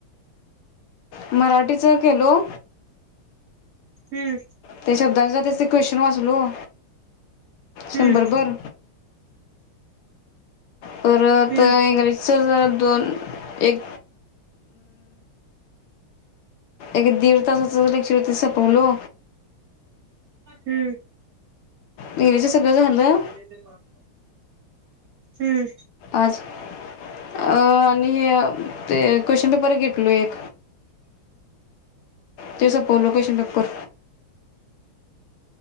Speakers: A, on the left; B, on the right.
A: मराठीचा केलो.
B: हम्म.
A: त्या शब्दांचा त्याचे क्वेशचन वाचलो
B: हम्म
A: शंभरभर परत
B: हम्म
A: इंग्रजीचं जर दोन एक एक दीड तसा एक चतीस पलो
B: हम्म.
A: मेरीचं सगळं झालं.
B: <inaudible> हम्म
A: आज अ आणि हे ते क्वेशन पेपर घेतलो एक ते सपो लोकेशनपूर.